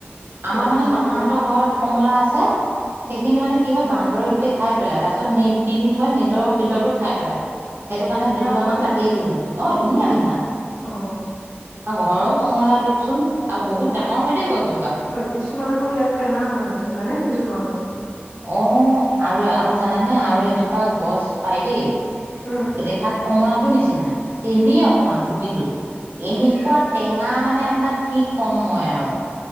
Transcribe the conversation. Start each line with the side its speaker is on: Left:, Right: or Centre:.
Left: তাৰপিছতে
Right: আমাৰ মানে মামাহঁতৰ ঘৰত কমলা আছে সেইখিনি মানে কি হয়, বান্দৰে গোটেই খাই পেলাই তাৰ পিছত নেট দি দি থয় নেটৰ ভিতৰতো খাই পেলাই সেইটো কাৰণে
Left: মিঠা
Right: দুজোপামান
Left: হয়নে
Right: কাটিয়ে দিলে, অ ধুনীয়া মিঠা।
Left: অ
Right: অ ঘৰৰ কমলা
Left: অ
Right: দিয়কচোন আৰু বহুত ডাঙৰ হয় দেই গছজোপা।
Left: কিছুমানৰ আকৌ ইয়াত টেঙা হয় মানে সেইকাৰণে সুধিছো তোমাক মই?
Right: অ, আৰু, আৰু জানানে আৰু এজোপা গছ পাই দেই,
Left: উম,
Right: দেখাত কমলাটোৰ নিচিনা, তেনেই অকমান গুটিটো। এনেকুৱা টেঙা মানে আপোনাক কি ক'ম, মই আৰু